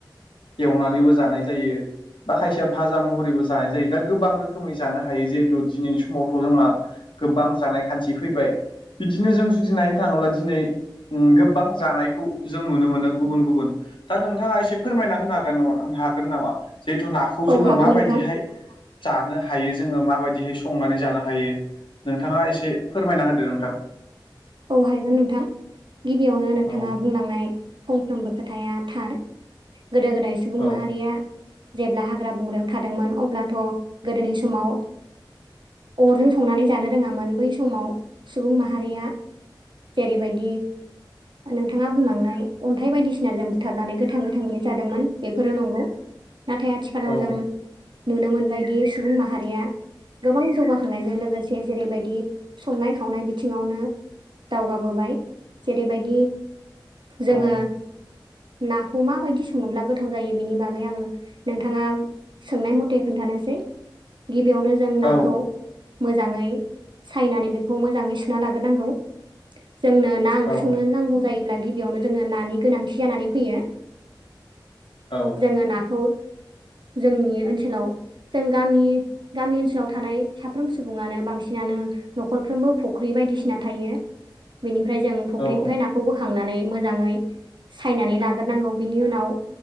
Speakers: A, on the left; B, on the right.
A: एवनानैबो जानाय जायो बा खायसेया भाजा महर। बैबो जानाय जायो दा गोबां रोखोमै जानो हायो जिहेथु दिनैनि समावथ' जोंहा गोबां जानाय खान्थि फैबाय बिदिनो जों जुदि नायनो थांङोब्ला दिनै गोबां जानायखौ जों नुनो मोनो गुबुन गुबुन। दा नोंथांङा एसे फोरमायना होनो हागोन हागोन नामा जिहेथु नाखौ
B: औ
A: जोंङो
B: हागोन
A: माबायदि।
B: नोंथां
A: जानो हायो जोंङो माबायदिहाय संनानै जानो हायो। नोंथांङा एसे फोरमायना होदो नोंथां।
B: औ हायगोन नोंथां गिबियावनो नोंथाङा
A: औ
B: बुंलांनाय। फंफ्रोमबो खोथाया थार गोदो गोदाय सुबुं
A: औ
B: माहारिया। जेब्ला हांग्रा बंग्रायाव थादोंमोन अब्लाथ' गोदोनि समाव। अरजों संनानै जानो रोङामोन बै समाव सुबुं माहारिया। जेरैबायदि। नोंथाङा बुंलांनाय अन्थाइ बायदिसिना जों बुथारनानै गोथां गोथांङैनो जादोंमोन बेफोरो नंगौ। नाथाय आथिखालाव
A: औ
B: जों नुनो मोनबायदि सुबुं माहारिया। गोबां जौगाखांनायजों लोगोसे जेरैबायदि संनाय खावनाय बिथिंङावनो। दावगाबोबाय जेरैबायदि जोंङो।
A: औ
B: नाखौ माबायदि सङोब्ला गोथाव जायो बेनि बागै आंङो नोंथाङा। सोंनाय मथे खोन्थानोसै गिबियावनो जों नाखौ।
A: औ
B: मोजाङै सायनानै बेखौ मोजाङै सुना लाग्रोनांगौ। जोंनो ना ओंख्रि
A: औ
B: संनो नांगौ जायोब्ला गिबियावनो जोंनो नानि गोनांथि जानानै फैयो।
A: औ।
B: जोंङो नाखौ जोंनि ओनसोलाव जों गामि। गामि ओनसोलाव थानाय साफ्रोम सुबुङानो बांसिनानो न'खरफ्रोमबो फुख्रि बायदिसिना थायो। बेनिफ्राय जों फुख्रिनिफ्राय
A: औ
B: नाखौ बोखांनानै मोजांङै सायनानै लाग्रोनांगौ बिनि उनाव